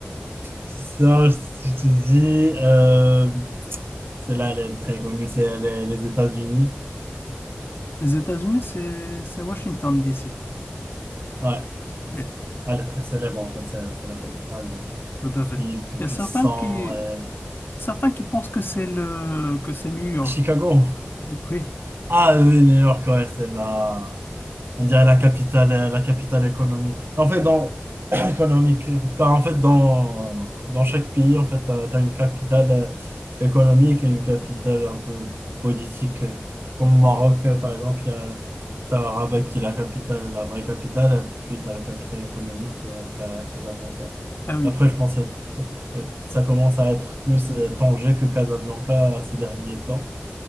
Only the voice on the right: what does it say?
Ça, je je te dis, euh, celle-là, elle est très connue, c'est les, les États-Unis.
Ouais,
elle est très célèbre, en fait, c'est c'est la capitale, euh,
pays le plus
puissant.
euh,
Chicago.
Ah oui, New York, ouais, c'est la, on dirait la capitale, euh, la capitale économique. En fait, dans, économique. Car en fait, dans, dans chaque pays, en fait, tu as, une capitale euh, économique et une capitale un peu politique. euh, Comme au Maroc, euh, par exemple, il y a t'as Rabat qui est la capitale, la vraie capitale, et puis tu as la capitale économique qui est Ca- Casablanca.
Après, je pensais que euh, ça commence à être plus euh, Tanger que Casablanca ces derniers temps.